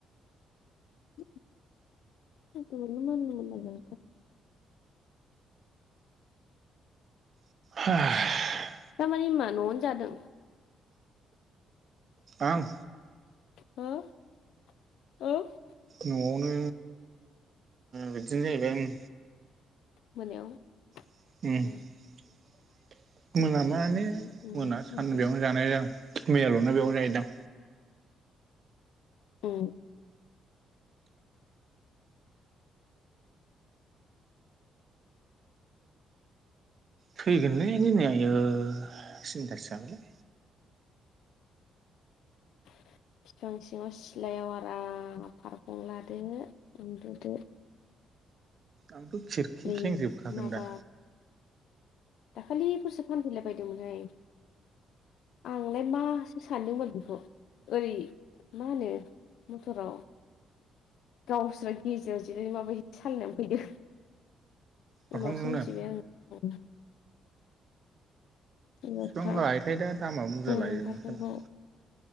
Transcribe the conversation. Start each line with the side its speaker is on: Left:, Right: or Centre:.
Left: <unintelligible>
Right: <inaudible>
Left: थारमाने न'आवनो जादों?
Right: आं?
Left: <unintelligible>
Right: न'आवनो बिदिनो जाहैबाय ओं।
Left: मोनायाव।
Right: <inaudible>
Left: उम उम
Right: मोना माने
Left: उम उम
Right: मोना सान
Left: मोनसोबाय
Right: बेयावनो जानाय जादों मैयाल'ना बेयावनो जाहैदां।
Left: औ।
Right: थैगोनलै दिनै आयो सिन्थासो जाबायलां।
Left: <inaudible> फिफां सिङाव सिलायाव आराम फारखं लादो उन्दुदो।
Right: आंथ' खिरखि
Left: बै
Right: खेंजोबखागोन
Left: माबा
Right: दा।
Left: दाखालिफोरसो फानफैलाबायदोंमोनहाय। आंलाय मासो सानदों <unintelligible> बेख'। ओरै मा होनो मथराव गावस्रा गेजेराव जिरायना माबायदि सालायना फैदों।
Right: फारखंखौनो
Left: उनावसो मिथिबाय आङो। उम। माबा
Right: बेसेफां लायोथाय दा दामा बुरजा
Left: उम
Right: लायो
Left: फारखंखौ
Right: साला।